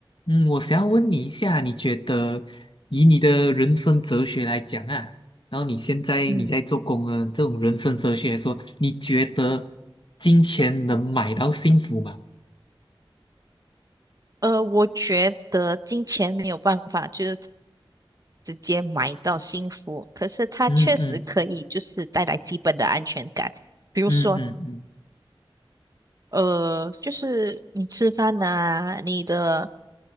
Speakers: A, on the left (about 60°); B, on the right (about 40°).
A: 嗯，我想要问你一下，你觉得以你的人生哲学来讲啊，然后你现在你在做工啊，
B: 嗯
A: 这种人生哲学来说，你觉得金钱能买到幸福吗？
B: 呃，我觉得金钱没有办法就是直接买到幸福，可是它确实可以就是带来基本的安全感，
A: 嗯嗯
B: 比如说，
A: 嗯嗯嗯，
B: 呃，就是你吃饭呐、你的